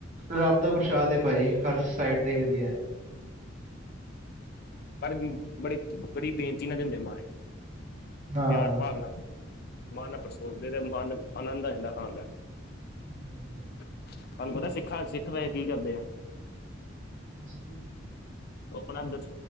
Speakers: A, on the right (about 40°); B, on the left (about 50°).
A: ਰੱਬ ਦਾ ਪ੍ਰਸ਼ਾਦ ਹੈ ਭਾਜੀ। ਹਰ ਸਾਈਡ ਦਾ ਈ ਵਧੀਆ।
B: ਪਰ ਬੜੇ ਬੜੀ ਬੇਨਤੀ ਨਾਲ ਦਿੰਦੇ ਮਾ
A: ਹਾਂ
B: ਪਿਆਰ ਭਾਵ ਨਾਲ, ਮਨ ਪਰ ਸੋਚਦੇ ਤੇ ਮਨ ਆਨੰਦ ਆ, ਜਾਂਦਾ ਖਾਂਨ ਦਾ-
A: ਹਾਂਜੀ ਹਾਂਜੀ <inaudible> <inaudible>
B: ਤੁਹਾਂਨੂੰ ਪਤਾਂ, ਸਿੱਖਾਂ ਸਿੱਖ ਵੈਹੇ ਕੀ ਕਰਦੇਂ ਆ?
A: <inaudible>
B: ਓ ਆਪਣਾ ਦਸ